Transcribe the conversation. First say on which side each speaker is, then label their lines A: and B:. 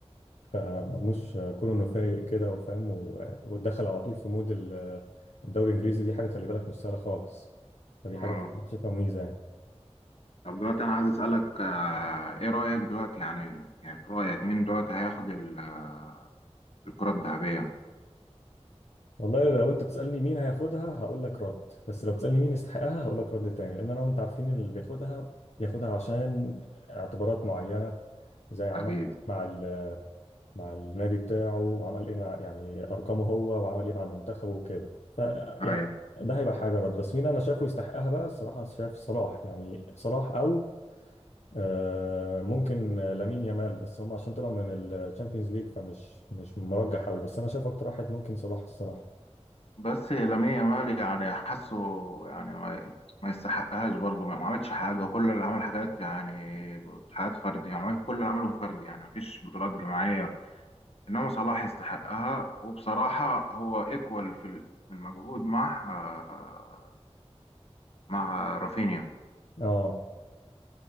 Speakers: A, on the left; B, on the left.
A: فمرموش آه، كونه انه فايق كده وفاهم و- ودخل على طول في مود ال- الدوري الانجليزي دي حاجه خلي بالك مش سهله خالص فدي
B: اه
A: حاجه شايفها ميزه يعني
B: طب دلوقتي انا عايز اسالك آه، ايه رايك دلوقتي يعني يعني في رايك مين دلوقتي هياخد ال- آه، الكره الذهبيه
A: والله لو انت بتسألني مين هياخدها هقول لك رد بس لو بتسألني مين يستحقها هقول لك رد تاني لان انا وانت عارفين اللي بياخدها بياخدها عشان اعتبارات معينة زي عمل
B: اكيد
A: مع ال مع النادي بتاعه وعمل ايه مع يعني ارقامه هو وعمل ايه مع المنتخب وكده ف يعني
B: ايوه
A: ده هيبقى حاجة رد بس مين انا شايفه يستحقها بقى الصراحة شايف صلاح يعني صلاح او آه، ممكن لامين يامال بس هم عشان طلعوا من الشامبيونز ليج فمش مش مرجح قوي بس انا شايف اكتر واحد ممكن صلاح الصراحة
B: بس لامين يامال يعني حاسه يعني ما, ما يستحقهاش برضه ما عملش حاجة كل اللي عمل حاجات يعني حاجات فردية يعني عمل- كل اللي عمله فردي يعني مفيش بطولات جماعية إنما صلاح يستحقها وبصراحة هو إيكوال في ال- في المجهود مع آه، مع رافينيا
A: اه